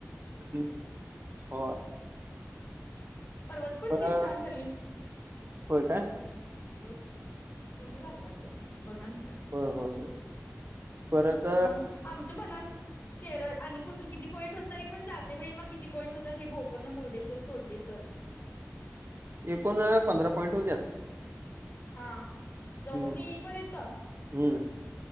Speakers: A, on the right; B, on the left.
A: <inaudible> हो.
B: परवाची पण
A: परत
B: ट्रिप छान झाली.
A: होय काय
B: होय की, तुम्हीच आलता नव्हयं, बघा नाहीतर
A: होय होय होय परत
B: <inaudible> मग. आमचे मनाल केरळ आणि कुठली किती पॉईंट होत तरी पण जाते बई, मग किती पॉईंट होतात हे गोकर्ण, मुर्डेश्वर सोडले तर.
A: एकूण पंधरा पॉईंट होत्यात.
B: हा, जाऊन
A: हम्म
B: येईपर्यंत?
A: हम्म.